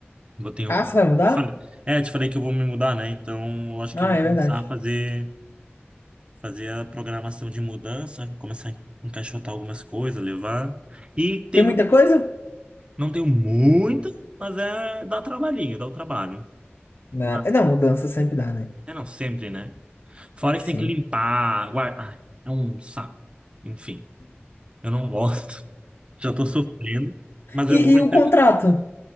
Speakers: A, on the right; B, on the left.
A: Eu tenho...
B: Ah, você vai mudar?
A: te falei- É, te falei que eu vou me mudar, né? Então, eu acho que
B: Ah,
A: eu vou
B: é
A: começar
B: verdade.
A: a fazer, fazer a programação de mudança, começar a encaixotar algumas coisas, levar. E tenho,
B: Tem muita coisa?
A: não tenho muitas, mas é, dá trabalhinho, dá o trabalho.
B: Na-
A: Mas,
B: Não, mudança sempre dá, né?
A: é não, sempre, né? Fora
B: Sim.
A: que tem que limpar, guardar. Ai, é um saco. Enfim, eu não gosto. <laughs> Já tô sofrendo, mas
B: E,
A: eu vou
B: e
A: entrar.
B: o contrato?